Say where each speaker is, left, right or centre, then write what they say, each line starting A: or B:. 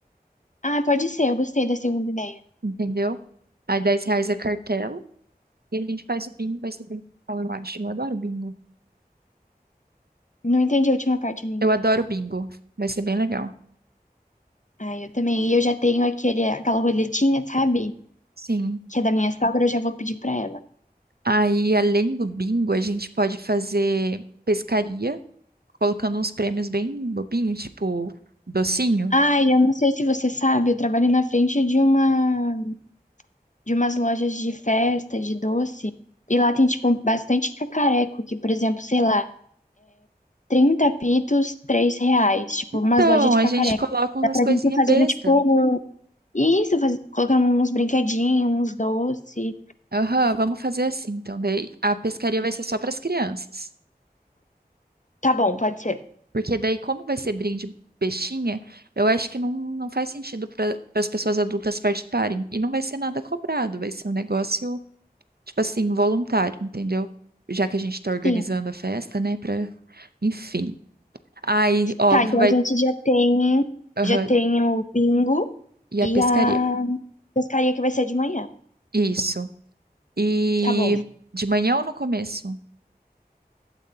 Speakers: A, on the left (about 50°); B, on the right (about 70°).
A: Ah, pode ser, eu gostei da segunda ideia.
B: Entendeu? Aí 10 reais é cartela. E a gente faz o bingo, vai ser bem legal, eu acho. Eu adoro bingo.
A: Não entendi a última parte, amiga.
B: Eu adoro bingo. Vai ser bem legal.
A: Ah, eu também. E eu já tenho aquele, aquela roletinha, sabe?
B: Sim.
A: Que é da minha sogra, eu já vou pedir pra ela.
B: Aí, além do bingo, a gente pode fazer pescaria, colocando uns prêmios bem bobinhos, tipo docinho.
A: Ai, eu não sei se você sabe, eu trabalho na frente de uma de umas lojas de festa, de doce, e lá tem tipo bastante cacareco, que por exemplo, sei lá, 30 pitos, 3 reais, tipo
B: Então,
A: umas lojas de
B: a
A: cacareco.
B: gente coloca umas
A: Dá pra
B: coisinhas
A: gente ir fazendo
B: besta.
A: tipo isso, faz... colocando uns brinquedinhos, uns doces.
B: Aham, vamos fazer assim. Então, daí a pescaria vai ser só para as crianças.
A: Tá bom, pode ser.
B: Porque daí, como vai ser brinde bestinha, eu acho que não, não faz sentido para as pessoas adultas participarem. E não vai ser nada cobrado, vai ser um negócio tipo assim, voluntário, entendeu? Já que a gente tá organizando
A: Sim.
B: a festa, né, pra... Enfim. Aí, óbvio,
A: Tá, então
B: vai...
A: a gente já tem
B: aham,
A: já tem o bingo
B: E
A: e
B: a pescaria.
A: a pescaria que vai ser de manhã.
B: Isso. E
A: Tá bom.
B: de manhã ou no começo?